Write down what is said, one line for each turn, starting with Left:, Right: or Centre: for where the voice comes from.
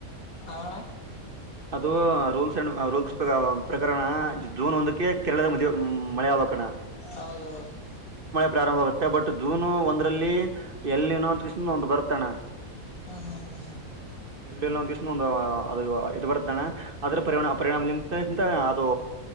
Left: ಹ ಅಣ್ಣ.
Right: ಅದು ರೂಲ್ಸ್ ಅಂಡ್ ರೂಲ್ಸ್ ಪ್ರಕರಣ ಜೂನ್ ಒಂದಕ್ಕೆ ಕೇರಳದ ಮದುವ ಮಳೆ ಆಬಣ.
Left: ಹೌದೌದು.
Right: ಪ್ರಾರಂಭ ಆಗುತ್ತೆ ಬಟ್ ಜೂನ್ ಒಂದ್ರಲ್ಲಿ ಎಲ್ಲಿ ನೋ ಒಂತ ಕಿಸ ಒಂದ್ ಬರ್ತ್ತಣ.
Left: ಹ್ಮ್ ಹ್ಮ್ ಹ್ಮ್
Right: ಎಲ್ಲಿಲ್ಲ ಒಂದಸ ಒಂದು ಅದು ಇದು ಬರ್್ದಾನೆ ಆದ್ರ ಪರಿ ಪರಿಣಾಮದಿಂದಂತ ಅದು